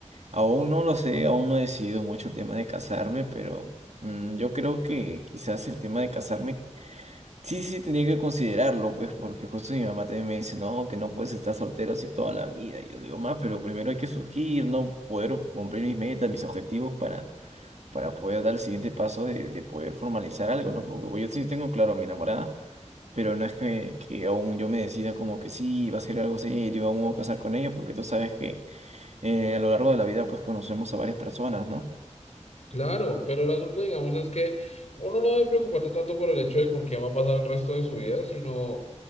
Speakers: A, on the right; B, on the left.
A: Aún no lo sé, aún no he decidido mucho el tema de casarme, pero mm, yo creo que quizás el tema de casarme sí, sí tenía que considerarlo, pues, porque justo mi mamá también me dice, no, que no puedes estar soltero así toda la vida. Y yo le digo, más, pero primero hay que surgir, ¿no? Poder cumplir mis metas, mis objetivos para, para poder dar el siguiente paso de, de poder formalizar algo, ¿no? Porque pues, yo sí tengo claro a mi enamorada, pero no es que, que aún yo me decida como que sí, va a ser algo serio, aún me voy a casar con ella, porque tú sabes que eh, a lo largo de la vida pues conocemos a varias personas, ¿no?
B: Claro, pero el asunto, digamos, es que uno no debe preocuparse tanto por el hecho de con quién va a pasar el resto de su vida, sino